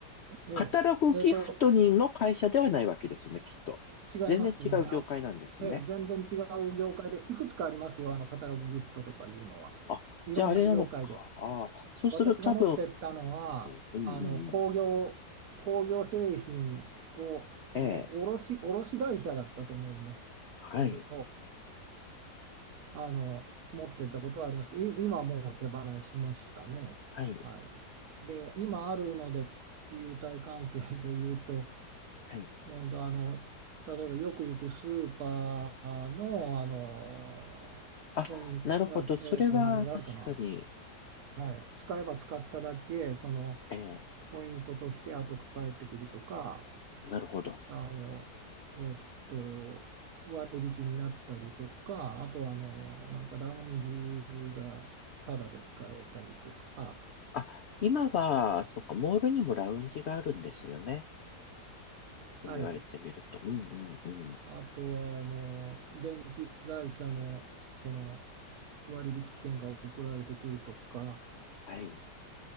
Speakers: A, on the right (about 65°); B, on the left (about 80°).
A: ええ、
B: カタログギフトにの会社ではないわけですよね、
A: えーと、
B: きっと。
A: 違いますね。
B: 全然違う業界なんですね。
A: あ、ええ、全然違う業界で、いくつかありますよ、あのカタログギフトとかいうのは。
B: あ、
A: いろんな業界で。
B: じゃああれなのか。ああ、そうすると多
A: 私が持ってったのは、
B: 分、うん、うんうん
A: あの工業、工業製品をの卸、
B: ええ、
A: 卸会社だったと思いますけど、
B: はい。
A: あの持ってったことはありますけど、い今はもう手放しましたね。
B: はい。
A: はい、で、今あるので、優待関係で言うと、
B: はい。
A: ほんとあの例えばよく行くスーパーの、あのポイント、
B: あ、なるほど。
A: あえーと、
B: それは確かに、
A: 何があるかな、はい、使えば使っただけその
B: えー
A: ポイントとして後返ってくるとか
B: なるほど。
A: あの、えーと、割引になったりとかあとはあのなんかラウンジがタダで使えたりとか、
B: あ、今は、そっか、モールにもラウンジがあるんですよね。そう言われてみると。
A: はい、
B: うんうんうん。
A: あとはあの電気会社の、その割引券が送られてくるとか、
B: はい。